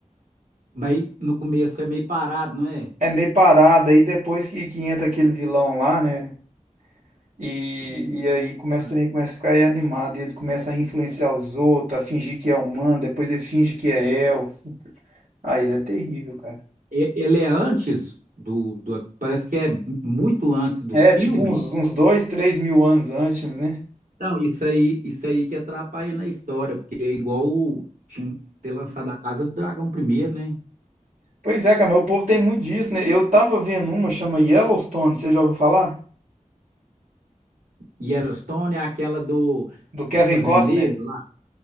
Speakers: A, on the right (about 85°); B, on the right (about 65°).
A: Mas no começo é meio parado, não é?
B: é meio parada, aí depois que, que entra aquele vilão lá, né? E,
A: Sim,
B: e
A: aí
B: aí
A: eu-
B: começa,
A: ah.
B: o trem começa a ficar aí animado, ele começa a influenciar os outros, a fingir que é humano, depois ele finge que é elfo. Ah, ele é terrível, cara.
A: E- Ele é antes do, do. Parece que é muito antes dos
B: É,
A: filmes.
B: tipo uns, uns dois, três mil anos antes, né?
A: Não, isso aí, isso aí que atrapalha na história, porque é igual o- tinha que ter lançado a Casa do Dragão primeiro, né?
B: Pois é, cara, mas o povo tem muito disso, né? Eu tava vendo uma, chama Yellowstone, você já ouviu falar?
A: Yellowstone é aquela do,
B: Do Kevin
A: do fazendeiro
B: Costner?
A: lá.